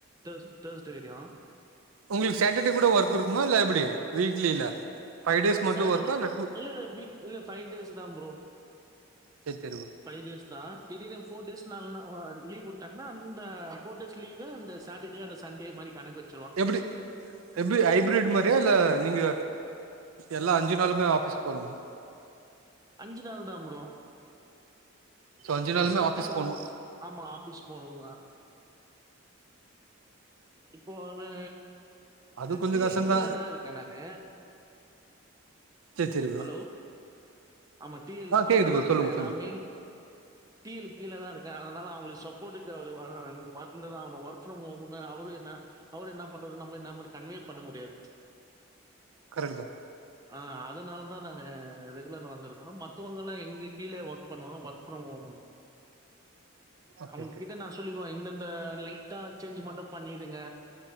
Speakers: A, on the right (about 15°); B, on the right (about 85°).
A: டேஸ் டேஸ்டே வெரியு
B: உங்ளுக்கு சாட்டர்டே கூட ஒர்க் இருக்குமா இல்ல எப்டி வீக்லில ஃபைவ் டேஸ்
A: அஹ்
B: மட்டு
A: சேட்டர்டே
B: ஒர்க்கா இல்ல டூ
A: இல்லல்ல வீ இல்ல பை டேஸ் தா ப்ரோ
B: சேரி சேரி
A: பைவ் டேஸ் தா திடீர்னு போர் டேஸ் நாள்னா லீவ் விட்டாங்கன்னா அந்த போர் டேஸ் லீவா அந்த சட்டர்டே அந்த சண்டே மாரி கணக்கு வெச்
B: எப்புடி எப்டி ஹைப்ரேட் மாரியா இல்ல நீங்க எல்லா அஞ்சு நாளுமே ஆஃபீஸ்க்கு போனுமா
A: அஞ்சு நாள் தா ப்ரோ
B: சோ அஞ்சு நாளுமே
A: எஸ்டா
B: ஆஃபீஸ் போனு
A: ஆமா ஆபீஸ் போனு வா இப்போ னு
B: அது கொஞ்சோ
A: டி
B: கஷ்டந்தா
A: எல் கீழ தா இருக்க நானு
B: சேரி சேரி ப்ரோ
A: ஹலோ ஆமா டி எல்
B: ஆ
A: கீழ
B: கேக்குது
A: தா
B: ப்ரோ
A: இருக்க
B: சொல்லுங்க
A: ஏனா
B: சொல்லுங்க
A: மெய்னு டி எல் கீழ தா இருக்கே அதனால அவ்ங்களுக்கு சப்போர்ட்டுக்கு அவரு வந்துதா ஆவணு ஒர்க் ஃப்ரம் ஹோம்ன்னு அவரு இன்னா பண்றது நம்ம இன்னா பண்ற கன்வே பண்ண முடியாது
B: கரெக்டு தா
A: ஆ அதனால தா நானு ரெகுலர்ல வந்திருக்க மத்தவங்கள்லா எங்ளு கீழயே ஒர்க் பண்ணுவாங்க ஒர்க் ஃப்ரம் ஹோம்
B: ஓகே
A: அவ்ங்க
B: ஓகே
A: கிட்ட நா சொல்லிருவா இந்தந்த லைட்டா சேஞ்ச்சு மட்டு பண்ணிடுங்க